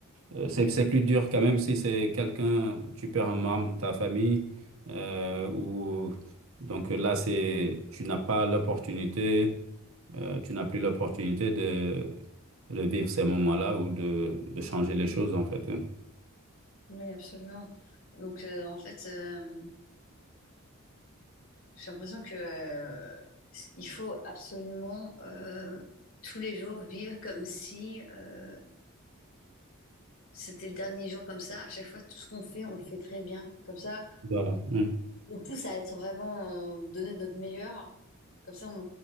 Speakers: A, on the right; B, on the left.
A: euh, c'est, c'est plus dur quand même si c'est quelqu'un, tu perds un membre de ta famille euh, ou. Donc euh, là, c'est, tu n'as pas l'opportunité euh, tu n'as plus l'opportunité de, de vivre ces moments-là ou de, de changer les choses, en fait. hein.
B: oui, absolument. Donc, euh, en fait, euh, j'ai l'impression que euh, il faut absolument euh, tous les jours vivre comme si euh, c'était le dernier jour comme ça. À chaque fois, tout ce qu'on fait, on le fait très bien. Comme ça,
A: Voilà. hein.
B: On pousse à être vraiment euh, donner notre meilleur. Comme ça, on,